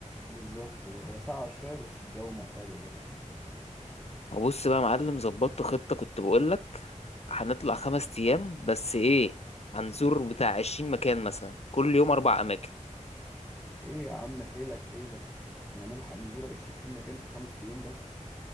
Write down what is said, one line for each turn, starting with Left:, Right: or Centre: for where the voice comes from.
Centre: بالظبط آه، هو ساقعة شوية بس الجو معتدل يعني
Left: وبص بقى يا معلم ظبطت خطة كنت بقولك هنطلع خمس ايام بس ايه هنزور بتاع عشرين مكان مثلا كل يوم اربع اماكن
Centre: ايه يا عم حيلك حيلك احنا نلحق نزور عشرين مكان في خمس ايام بس